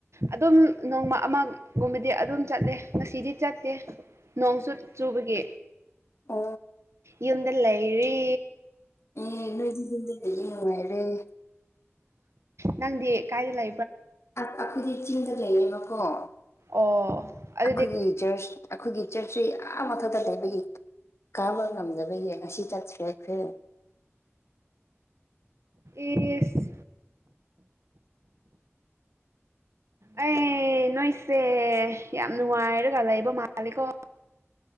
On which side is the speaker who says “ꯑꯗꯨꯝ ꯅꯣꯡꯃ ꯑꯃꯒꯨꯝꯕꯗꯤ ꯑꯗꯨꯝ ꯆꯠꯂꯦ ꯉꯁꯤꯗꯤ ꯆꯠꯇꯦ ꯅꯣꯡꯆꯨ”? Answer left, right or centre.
Right